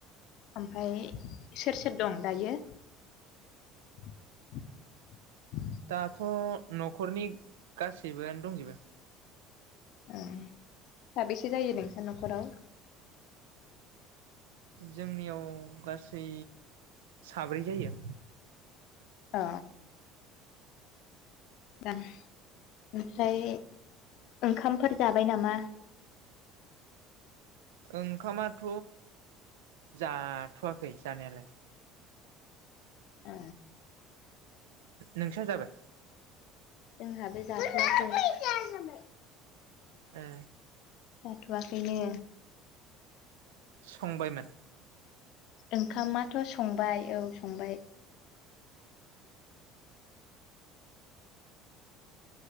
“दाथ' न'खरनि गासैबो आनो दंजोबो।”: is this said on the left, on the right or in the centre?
Right